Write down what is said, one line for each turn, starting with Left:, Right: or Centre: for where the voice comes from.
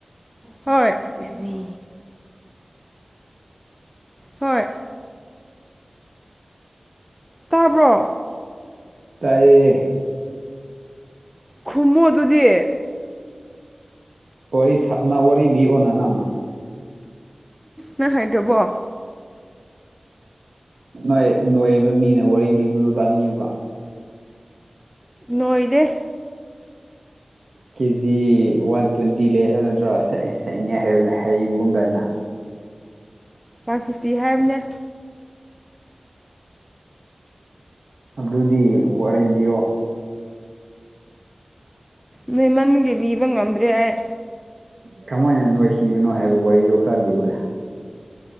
Centre: ꯍꯣꯏꯅꯤ ꯍꯣꯏ ꯇꯥꯕ꯭ꯔꯣ
Right: ꯇꯏꯌꯦꯦ
Centre: ꯈꯃꯨ ꯑꯗꯨꯗꯤ
Right: ꯋꯥꯔꯤ ꯁꯅ ꯋꯥꯔꯤ ꯂꯤꯑꯣ ꯅꯅꯥꯅ
Centre: ꯅꯪ ꯍꯥꯏꯗꯕꯣ
Right: ꯅꯣꯏ ꯅꯣꯏꯕ ꯃꯤꯅ ꯋꯥꯔꯤ ꯂꯤꯛꯄꯗꯣ ꯇꯥꯅꯤꯡꯉꯦꯕ
Centre: ꯅꯣꯏꯗ
Right: ꯀꯦꯖꯤ ꯋꯥꯟ ꯇ꯭ꯋꯦꯟꯇꯤ ꯂꯩ ꯍꯥꯏꯕ ꯅꯠꯇ꯭ꯔꯣ ꯁꯛꯉ ꯍꯥꯏꯕꯅ ꯍꯩꯔꯤꯕ ꯑꯨꯝꯝꯗꯥꯏꯅ
Centre: ꯋꯥꯟ ꯐꯤꯐꯇꯤ ꯍꯥꯏꯕꯅꯦ
Right: ꯑꯗꯨꯗꯤ ꯋꯥꯔꯤ ꯂꯤꯌꯣꯡ
Centre: ꯅꯣꯏ ꯃꯒꯤ ꯂꯤꯅꯤꯕ ꯉꯝꯗ꯭ꯔꯦ ꯑꯩ
Right: ꯀꯃꯥꯏꯅ ꯅꯣꯏ ꯍꯈꯤꯕꯅꯣ ꯍꯥꯏꯕ ꯋꯥꯔꯤꯗꯣ ꯈꯔ ꯂꯤꯕꯅꯦ